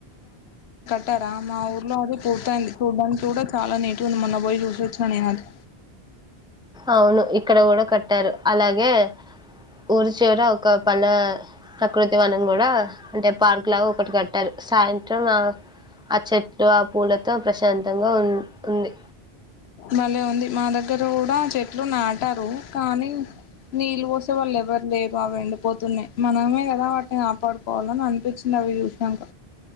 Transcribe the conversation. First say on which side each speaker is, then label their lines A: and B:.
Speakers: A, on the left (about 80°); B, in the centre.
A: టారా మా ఊర్లో అది పూర్తయింది చూడ్డానికి గూడ చాలా నీటిగ ఉంది మొన్న పోయి చూసి వచ్చిన నే అది
B: అవును ఇక్కడ కూడా కట్టారు అలాగే ఊరి చివర ఒక పళ ప్రకృతి వనం గూడా అంటే పార్క్ లాగా ఒకటి కట్టారు సాయంత్రం ఆ ఆ చెట్లు ఆ పూలతో ప్రశాం తంగ ఉంది
A: భలే ఉంది మా దగ్గర కూడా చెట్లు నాటారు కానీ నీళ్ళు పోసే వాళ్ళు ఎవరు లేరు అవి ఎండిపోతున్నాయ్ మనమే కదా వాటిని కాపాడుకోవాలని అనిపించిన అవి జూసినంక